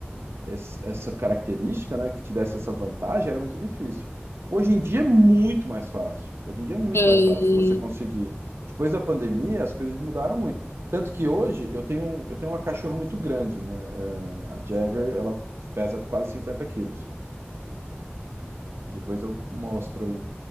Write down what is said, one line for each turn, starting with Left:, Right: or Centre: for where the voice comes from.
Right: esse- essa característica, né, que te desse essa vantagem, era muito difícil. Hoje em dia é muito mais fácil. Hoje em dia é muito
Left: E sete.
Right: mais
Left: E
Right: fácil você conseguir. Depois da pandemia, as coisas mudaram muito. Tanto que hoje eu tenho, um- eu tenho uma cachorra muito grande, né? Eh, A Jagger, ela pesa quase 50 quilos. Depois eu mostro aí